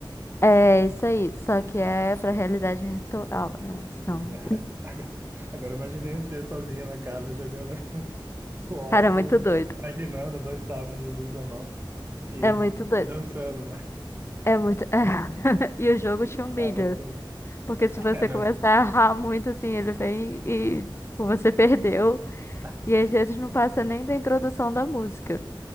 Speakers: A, on the left; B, on the right.
A: É isso aí. Só que é pra realidade virtual, né? São-
B: E, ah, agora, agora eu imaginei você sozinha na casa jogando <laughs> com óculos,
A: Cara, é muito doido.
B: imaginando dois sabres de luz na mão e,
A: É muito doido.
B: e dançando, né?
A: É muito. <laughs> E o jogo te humilha.
B: É loucura.
A: Porque se
B: <laughs>
A: você
B: É mesmo.
A: começar a errar muito, assim, ele vem e tipo, você perdeu.
B: Ah,
A: E às vezes não passa nem da introdução da música.